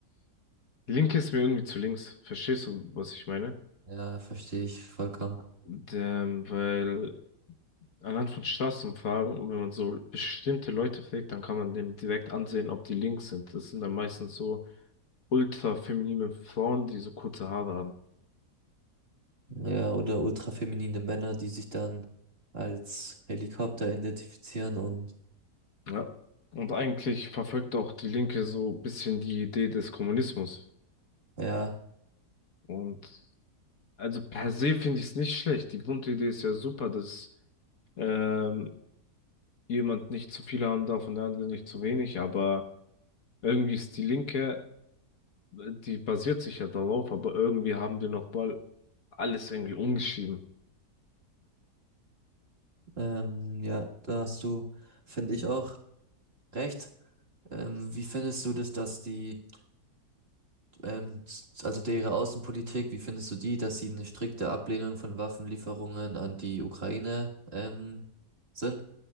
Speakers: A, on the left (about 60°); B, on the right (about 40°).
A: Die Linke ist mir irgendwie zu links, verstehst du, was ich meine?
B: Ja, verstehe ich vollkommen.
A: Und, Ähm, weil Anhand von Straßenumfragen, und wenn man so bestimmte Leute fragt, dann kann man denen direkt ansehen, ob die links sind. Das sind dann meistens so ultra-feminine Frauen, die so kurze Haare haben.
B: Ja, oder ultrafeminine Männer, die sich dann als Helikopter identifizieren und
A: Ja. Und eigentlich verfolgt auch die Linke so ein bisschen die Idee des Kommunismus.
B: ja,
A: Und also per se finde ich es nicht schlecht. Die Grundidee ist ja super, dass ähm, jemand nicht zu viele haben darf und der andere nicht zu wenig. Aber irgendwie ist die Linke die basiert sich ja darauf, aber irgendwie haben die nochmal alles irgendwie umgeschrieben.
B: ähm, ja, da hast du, finde ich auch recht. Ähm, wie findest du das, dass die, ähm, s- also deren Außenpolitik, wie findest du die, dass sie eine strikte Ablehnung von Waffenlieferungen an die Ukraine, ähm, sind?